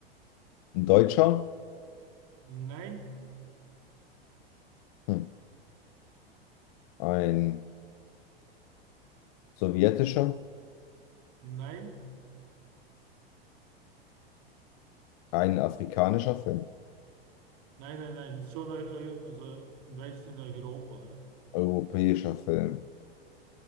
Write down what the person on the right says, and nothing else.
nein,
nein,
nein, nein, nein. Ist schon, äh, äh, also im weitesten Sinne Europa, ja.